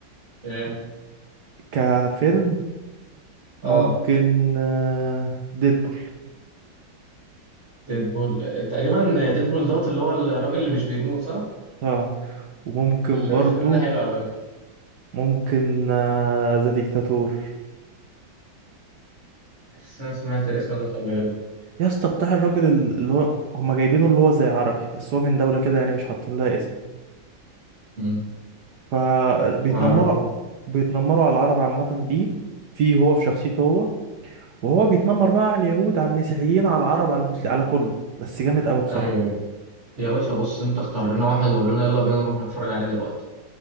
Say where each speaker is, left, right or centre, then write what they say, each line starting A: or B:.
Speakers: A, on the right; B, on the right.
A: ايه
B: م- كفيلم
A: اه
B: ممكن آه، ديدبول
A: ديدبول تقريبا ديدبول دوت اللي هو الراجل اللي مش بيموت صح
B: اه وممكن
A: الفيلم
B: برضه
A: ده حلو على فكرة
B: ممكن آه، ذا ديكتاتور
A: بس انا سمعت الاسم ده قبل كده
B: يا اسطى بتاع الراجل ال- اللي هو هما جايبينه اللي هو زي عربي بس هو من دولة كده يعني مش حاطين لها اسم
A: مم.
B: فبيتنمروا
A: ما اعرفه
B: بيتنمروا على العرب عامة بيه فيه هو في شخصيته هو وهو بيتنمر بقى على اليهود على المسيحيين على العرب على المسلمين على كله بس جامد قوي بصراحة
A: ايوه يا باشا بص انت اختار لنا واحد وقول لنا يلا بينا نروح نتفرج عليه دلوقتي